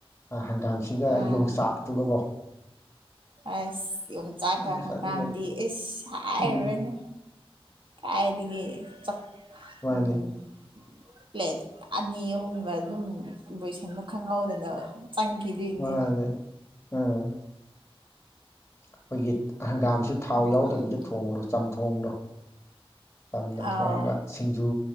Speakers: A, on the left (about 20°); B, on the right (about 55°).
A: ꯍꯪꯒꯥꯝꯁꯤꯒ
B: ꯑꯥ
A: ꯌꯣꯡꯆꯥꯛꯇꯨꯒꯀꯣ
B: ꯑꯁ ꯌꯣꯡꯆꯥꯛꯀ
A: ꯑꯁ
B: ꯍꯪꯒꯥꯝꯗꯤ
A: ꯑꯗꯨꯒꯗꯤ
B: ꯑꯁ ꯍꯥꯏꯔꯨꯔꯅꯨ
A: ꯎꯝ
B: ꯀꯥꯏꯗꯤꯒꯦ ꯆꯥꯛ
A: ꯃꯥꯅꯤ
B: ꯎꯝ ꯄ꯭ꯂꯦꯠ ꯑꯅꯤ ꯑꯍꯨꯝꯒ ꯑꯗꯨꯝ ꯂꯣꯏꯁꯟꯕ ꯈꯪꯍꯧꯗꯅ ꯆꯪꯒꯤꯗꯨꯢ
A: ꯃꯥꯅꯦ
B: ꯅꯦ
A: ꯑꯥ ꯑꯩꯈꯣꯏꯒꯤ ꯍꯪꯒꯥꯝꯁꯨ ꯊꯥꯎ
B: ꯎꯝ
A: ꯌꯥꯎꯗꯕꯤꯗ ꯊꯣꯡꯕꯗꯣ ꯆꯝꯊꯣꯡꯗꯣ ꯆꯝꯅ
B: ꯑꯥꯎ
A: ꯊꯣꯡꯉꯒ ꯁꯤꯡꯖꯨ